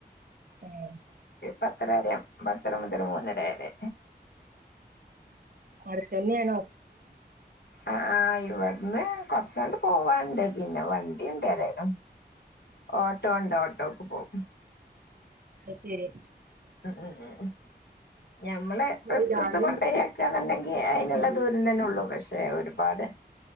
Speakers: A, on the right; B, on the left.
A: ആഹ
B: പത്തരരയാ പത്തര മുതരു മൂന്നര വരെ
A: അവിടെ തന്നെയാണോ
B: ആ ആ ഇപടെ ഇന്ന് കൊറച്ചോണ്ട് പോവാനുണ്ട് പിന്നെ വണ്ടിുണ്ട ഏതായാലും ഓട്ടോ ഉണ്ട് ഓട്ടോക്ക് പോകും
A: അ ശരി
B: ഉം ഉം ഉ ഞമ്മള് റിസ്ക്ക്
A: ഒരാള്
B: ട്ത്ത് കൊണ്ടരിയാക്കന്നുണ്ടെങ്കി
A: ഉം
B: അതിനുള്ള
A: അതെ
B: ദൂരം തന്നെ ഉള്ളൂ പക്ഷെ ഒരുപാട്